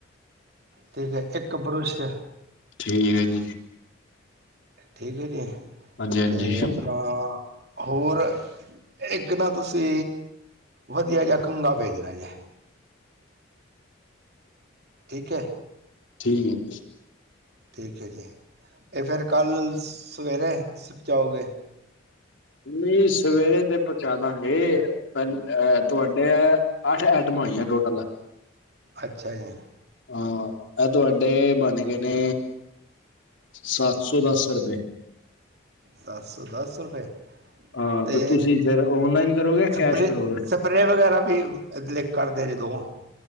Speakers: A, on the right; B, on the left.
A: ਠੀਕ ਐ ਤੇ ਏੱਕ ਬੁਰਸ਼
B: ਠੀਕ ਐ ਜੀ।
A: ਠੀਕ ਐ ਜੀ
B: ਹਾਂਜੀ ਹਾਂਜੀ
A: ਤੇ ਆਪਣਾ ਹੋਰ ਏੱਕ ਨਾ ਤੁਸੀ ਵਧੀਆ ਜਾ ਕੰਘਾ ਭੇਜਨਾ ਜੇ। ਠੀਕ ਐ।
B: ਠੀਕ ਏ ਜੀ।
A: ਠੀਕ ਐ ਜੀ ਤੇ ਫੇਰ ਕਾੱਲ ਸਵੇਰੇ ਸ ਜਾਓਗੇ।
B: ਨਈ ਸਵੇਰੇ ਤੇ <unintelligible> ਪੰਜ ਅ ਤੁਆਡੇ ਐ ਅੱਠ ਐਟਮਾਂ ਹੋਈਆਂ ਟੋਟਲ
A: ਅੱਛਾ ਜੀ।
B: ਹਾਂ ਐ ਤੁਆਡੇ ਬਨ ਗੇ ਨੇ ਸੱਤ ਸੌ ਦਸ ਰੁਪਏ।
A: ਸੱਤ ਸੌ ਦਸ ਰੁਪਏ
B: ਹਾਂ
A: ਤੇ
B: ਤੁਸੀਂ ਫਿਰ ਔਨਲਾਈਨ ਕਰੋਗੇ
A: ਸਪ੍ਰੇ,
B: ਕੈਸ਼ ਕਰੋਗੇ
A: ਸਪ੍ਰੇ ਵਗੈਰਾ ਵੀ ਅ ਦ ਕਰਦੇ ਨੇ ਦੋਵਾਂ